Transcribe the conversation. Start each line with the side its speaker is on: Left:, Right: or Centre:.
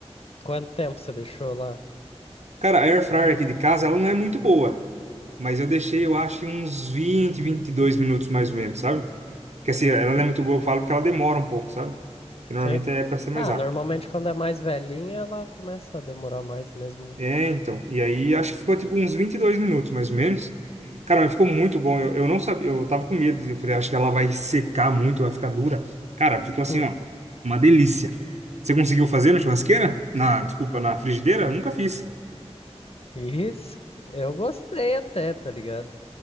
Left: Quanto tempo você deixou lá?
Right: Cara, a air fryer aqui de casa, ela não é muito boa. Mas eu deixei, eu acho, em uns vinte, vinte e dois minutos mais ou menos, sabe? Que assim,
Left: Uhum,
Right: ela não é muito boa, eu falo, porque ela demora um pouco, sabe? Que normalmente
Left: sim.
Right: é pra ser mais
Left: Ah,
Right: rápido.
Left: normalmente quando é mais velhinha, ela começa a demorar mais mesmo.
Right: É,
Left: né?
Right: então. E aí acho que ficou tipo uns 22 minutos, mais ou menos. Cara, mas ficou muito bom. Eu, eu não sabia, eu tava com medo. Eu falei, acho que ela vai secar muito, vai ficar dura. Cara, ficou assim,
Left: Hum,
Right: ó, uma delícia. Você conseguiu fazer na churrasqueira? Na, desculpa, na frigideira? Nunca fiz.
Left: Isso, eu gostei até, tá ligado?